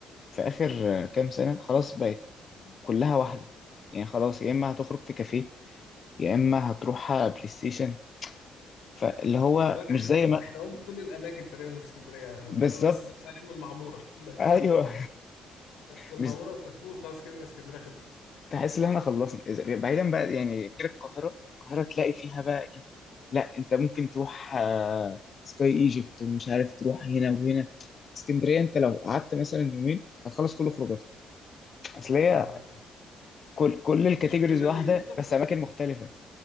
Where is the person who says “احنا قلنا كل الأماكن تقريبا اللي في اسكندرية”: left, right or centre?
Left